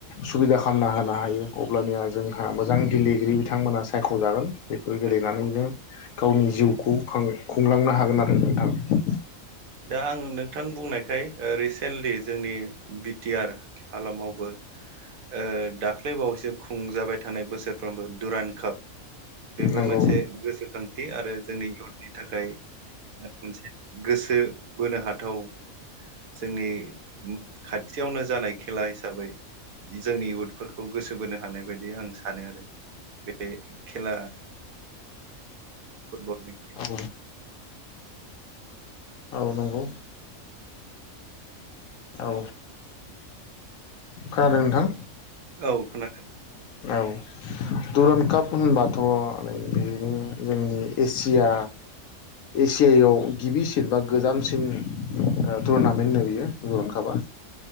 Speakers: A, on the left; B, on the right.
A: सुबिदा खालामना होनो हायो अब्लानिया जोंहा मोजां गेलेगिरि बिथांमोना सायख जागोन। बेफोर गेलेनानैनो
B: नंगौ
A: गावनि जिउखौ खां खुंलांनो ह हागोन आरो नोंथां।
B: दा आं नोंथां बुंनायखाय रिसेन्टलि जोंनि बि टि आर हालामावबो ओ दाख्लैबावैसो खुंजाबाय थानाय बोसोरफ्रोमबो दुरान काप बेबो
A: नांगौ
B: मोनसे गोसोखांथि आरो जोंनि इउथनि थाखाय मोनसे बो बोनो हाथाव जोंनि खाथि खाथियावनो जानाय खेला हिसाबै जोंनि इउथफोरखौ गो सोबोनो हानाय बायदि आं सानो आरो बे खेला फुटबलनि
A: औ औ नंगौ औ खोनादों नोंथां
B: औ खोनादों
A: औ दुरान काप होनबाथ नै बेनो जोंनि एसिया एसियायाव गिबिसिन बा गोजामसिन ओ टुरनामेन्ट नो बेयो <unintelligible> नंगौ